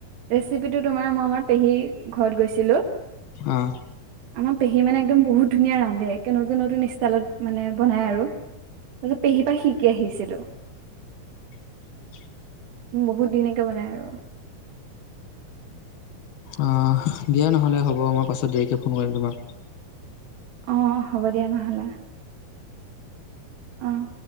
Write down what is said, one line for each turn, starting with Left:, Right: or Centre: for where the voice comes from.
Right: ৰেচিপিটো তোমাৰ মই আমাৰ পেহী ঘৰত গৈছিলো
Left: অ',
Right: আমাৰ পেহী মানে একদম বহুত ধুনীয়া ৰান্ধে, ক নতুন নতুন ষ্টাইলত মানে বনাই আৰু। তাৰপিছত পেহী পৰা শিকি আহিছিলো।
Left: <inaudible>
Right: বহুত ধুনীয়াকে বনাই আৰু।
Left: অ দিয়া নহলে হ'ব মই পাছত দেয়কে ফোন কৰিম তোমাক।
Right: অ হ'ব দিয়া নহ'লে। অহ